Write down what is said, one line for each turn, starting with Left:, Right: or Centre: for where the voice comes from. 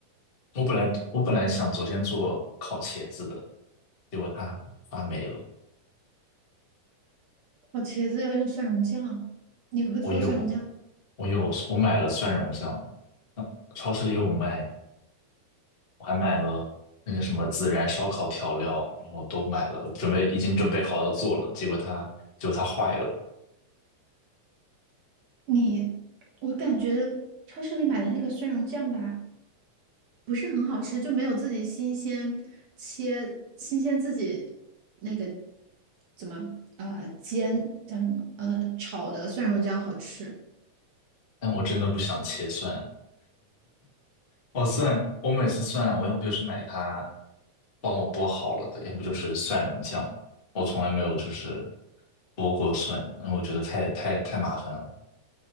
Left: 我本来我本来想昨天做烤茄子的，结果它发霉了。
Right: 哦，茄子要用蒜蓉酱，你会做蒜蓉酱？
Left: 我有我有我买了蒜蓉酱，超市里有卖，我还买了那个什么孜然烧烤调料，然后都买了，准备已经准备好要做了，结果它结果它坏了。
Right: 你，我感觉超市里买的那个蒜蓉酱吧，不是很好吃，就没有自己新鲜切，新鲜自己那个怎么呃煎叫什么呃炒的蒜蓉酱好吃。
Left: 但我真的不想切蒜，我蒜我每次蒜，我要不就是买它帮我剥好了的，要不就是蒜蓉酱，我从来没有就是剥过蒜，因为我觉得太太太麻烦了。